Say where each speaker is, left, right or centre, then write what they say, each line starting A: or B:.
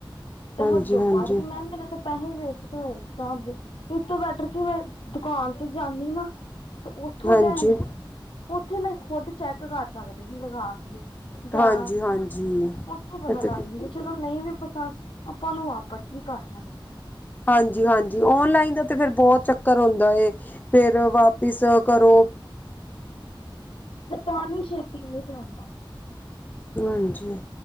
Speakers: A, on the left; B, on the left.
A: ਤੇ
B: ਹਾਂਜੀ
A: ਹਦੋਂ
B: ਹਾਂਜੀ
A: ਐ ਮੇਰੇ ਤਾਂ ਪੈਸੇ ਹੀ ਵੇਸਟ ਹੋਏ, ਇੱਕ ਹਿਸਾਬ ਦੇ, ਇਸ ਤੋਂ ਬੈਟਰ ਮੈਂ ਦੁਕਾਨ ਤੇ ਜਾਂਦੀ ਨਾ। ਤੇ ਉੱਥੋਂ
B: ਹਾਂਜੀ
A: ਲੈਣੀ, ਉੱਥੇ ਮੈਂ ਖੁਦ ਚੈੱਕ ਕਰ ਸਕਦੀ ਸੀ, ਲਗਾ ਕੇ। ਗਾ,
B: ਹਾਂਜੀ ਹਾਂਜੀ
A: ਉਥੋਂ ਪਤਾ
B: ਅਤੇ
A: ਲੱਗ ਜਾਂਦਾ ਸੀ। ਚਲੋ ਨਹੀਂ ਵੀ ਪਤਾ, ਆਪਾਂ ਉਹਨੂੰ ਵਾਪਿਸ ਵੀ ਕਰ ਸਕਦੇ ਆ।
B: ਹਾਂਜੀ- ਹਾਂਜੀ, ਓਨ-ਲਾਈਨ ਦਾ ਤੇ ਫਿਰ ਬਹੁਤ ਚੱਕਰ ਹੁੰਦਾ ਏ। ਫੇਰ ਵਾਪਿਸ ਕਰੋ।
A: ਮੈਂ ਕਿਹਾ ਵੀ ਛੇਤੀ ਨਹੀਂ ਚੱਲਦਾ।
B: ਹਾਂਜੀ।